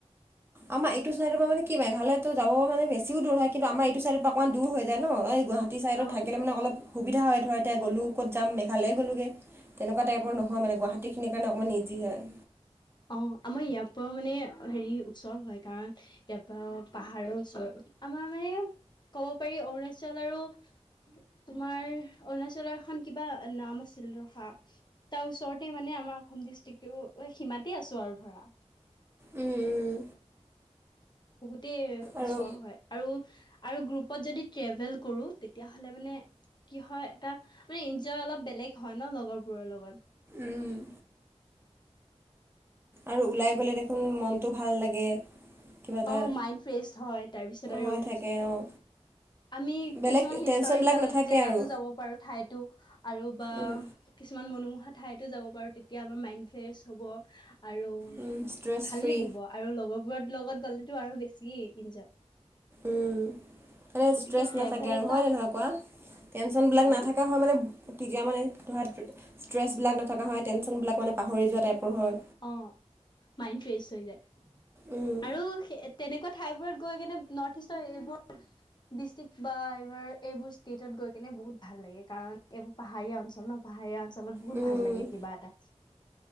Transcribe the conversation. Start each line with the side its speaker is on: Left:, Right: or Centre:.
Right: আমাৰ এইটো চাইডৰ পৰা মানে কি মেঘালয়টো যাব মানে বেছিও দূৰ হয় কিন্তু আমাৰ এইটো চাইড পৰা অকণমান দূৰ হৈ যায় ন এই গুৱাহাটী চাইডত
Left: অ',
Right: থাকিলে মানে অলপ সুবিধা হয় ধৰ এতিয়া গ'লো ক'ত যাম ভালেই গলোঁগে, তেনেকুৱা টাইপৰ নহয় মানে গুৱাহাটীখিনিৰ কাৰণে অকণমান ইজি হয়।
Left: অ আমাৰ ইয়াৰ পৰাও মানে হেৰি ওচৰ হয় কাৰণ ইয়াৰ পৰাও পাহাৰৰ ওচৰ আমাৰ মানে ক'ব পাৰি অৰুণাচল আৰু তোমাৰ অৰুণাচলৰ এখন কিবা নাম আছিল ৰখা তাৰ ওচৰতে মানে আমাৰ অসম ডিষ্ট্ৰিক্টো সীমাতে আছো আৰু ধৰা।
Right: উম উম
Left: বহুতেই
Right: আৰু
Left: ওচৰ হয় আৰু আৰু গ্ৰুপত যদি ট্ৰেভেল কৰোঁ তেতিয়াহ'লে মানে কি হয় এটা মানে এন্জয় অলপ বেলেগ হয় ন লগৰবোৰৰ লগত।
Right: উম আৰু ওলাই গ'লে দেখোন মনটো ভাল লাগে কিবা এটা।
Left: অ মাইণ্ড ফ্ৰেছ হয় তাৰপিছত আৰু
Right: হৈ থাকে অঁ
Left: আমি
Right: বেলেগ
Left: কিছুমান হিষ্টৰিকেল
Right: টেনশ্যনবিলাক নাথাকে
Left: জেগা
Right: আৰু
Left: যাব পাৰো ঠাইতো আৰু বা
Right: উম,
Left: কিছুমান মন মোহা ঠাইতো যাব পাৰো তেতিয়া আমাৰ মাইড ফ্ৰেছ হ'ব। আৰু
Right: উম, ষ্ট্ৰেছ
Left: ভাল
Right: ফ্ৰী
Left: লাগিব আৰু লগৰবোৰৰ লগত গ'লেতো আৰু বেছি এনজয়
Right: উম। মানে
Left: গতিকে
Right: ষ্ট্ৰেছ
Left: ট্ৰেভেল
Right: নাথাকে আৰু
Left: এটা
Right: হয় ন নহয় কোৱা টেনচনবিলাক
Left: হা
Right: নাথকা হয় মানে তেতিয়া মানে ধৰা ষ্ট্ৰেছবিলাক নথকা হয় টেনচননবিলাক মানে পাহৰি যোৱা টাইপৰ হয়।
Left: অ', মাইণ্ড ফ্ৰেছ হৈ যায়
Right: উম,
Left: আৰু তেনেকুৱা ঠাইবোৰত গৈ কেনে নৰ্থ ইষ্টৰ এইবোৰ ডিষ্ট্ৰিক্ট বা এইবাৰ এইবোৰ ষ্টেটত গৈ কেনে বহুত ভাল লাগে কাৰণ এইবোৰ পাহাৰীয়া অঞ্চল ন পাহাৰীয়া চলত বহুত
Right: উম,
Left: ভাল লাগে কিবা এটা